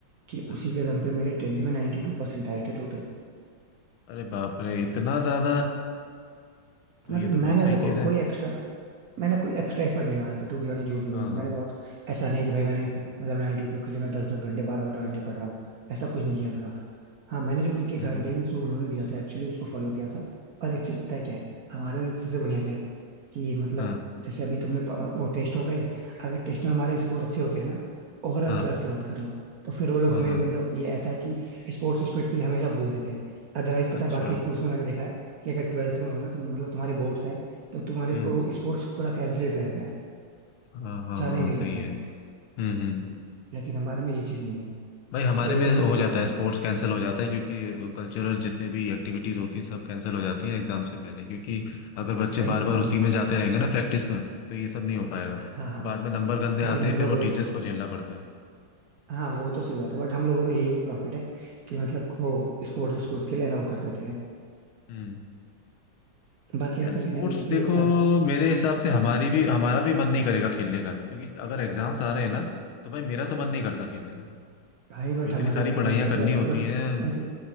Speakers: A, on the right; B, on the left.
A: कि
B: अच्छा
A: उसी के दम पे मेरे टेंथ में 92% टू परसेंट आए थे टोटल
B: अरे बाप रे इतना ज्यादा तो
A: मतलब
B: ये तो बहुत
A: मैंने
B: सही
A: देखो
B: चीज है
A: कोई एक्स्ट्रा मैंने कोई एक्स्ट्रा एफर्ट नहीं मारा था टू बी ऑनेस्ट झूठ नहीं
B: हाँ
A: बोलूंगा
B: हाँ
A: मैंने बहुत ऐसा नहीं है कि भाई मैंने मतलब 92 के लिए मैं दस दस घंटे बारह बारह घंटे पढ़ रहा हूँ ऐसा कुछ नहीं किया था हाँ मैंने जो उनके
B: हम्म,
A: गाइडेंस जो उन्होंने दिया था एक्चुअली उसको फॉलो किया था और एक चीज पता है क्या है हमारे में एक सबसे बढ़िया क्या है कि मतलब
B: हाँ
A: जैसे अभी तुमने प- वो टेस्ट हो गए अगर टेस्ट में हमारे स्कोर अच्छे होते हैं ना ओवरऑल
B: हाँ
A: क्लास की बात कर रहा हूँ तो फिर वो लोग
B: हाँ
A: हमें
B: हाँ
A: मतलब ये ऐसा है कि स्पोर्ट्स स्पिरिट के लिए हमेशा भूल देते हैं अदरवाइज पता
B: अच्छा
A: है बाकी स्कूल्स में मैंने देखा है कि अगर ट्वेल्थ में हो ना तो मतलब तुम्हारे बोर्ड्स है तो तुम्हारे
B: हम्म
A: स्पोर्ट्स पूरा कैंसिल्ड रहता है
B: हाँ हाँ
A: जाने
B: हाँ
A: ही नहीं देते
B: सही है
A: हैं
B: हम्म हम्म हम्म।
A: लेकिन हमारे में ये चीज नहीं है
B: भाई हमारे
A: यही
B: में
A: चीज मुझे
B: हो
A: काफी
B: जाता
A: अच्छी
B: है स्पोर्ट्स
A: लगती है
B: कैंसिल हो जाता है क्योंकि कल्चरल जितने भी एक्टिविटीज होती हैं सब कैंसिल हो जाती हैं एग्जाम से पहले क्योंकि अगर बच्चे
A: वही
B: बार
A: कह
B: बार
A: रहा
B: उसी
A: हूँ लेकिन
B: में जाते रहेंगे ना प्रैक्टिस में तो ये सब नहीं हो पाएगा
A: हाँ हाँ
B: और बाद में नंबर गंदे
A: लेकिन
B: आते
A: हम
B: हैं फिर
A: लोगों
B: वो
A: में
B: टीचर्स को झेलना पड़ता है
A: हाँ वो तो सही बात है बट हम लोगों में यही एक प्रॉफिट है कि मतलब वो स्पोर्ट्स स्पोर्ट्स के लिए अलाउ कर देते हैं
B: हम्म
A: बाकी
B: यार
A: ऐसा
B: स्पोर्ट्स
A: भी है ना कि जैसे
B: देखो
A: अ,
B: मेरे हिसाब से हमारी भी हमारा भी मन नहीं करेगा खेलने का क्योंकि अगर एग्जाम्स आ रहे हैं ना तो भाई मेरा तो मन नहीं करता खेलने का अब
A: भाई बट
B: इतनी
A: हमारे
B: सारी
A: स्कूल
B: पढ़ाइयाँ
A: में मतलब
B: करनी
A: ऐसा
B: होती
A: देखो,
B: हैं
A: वैसे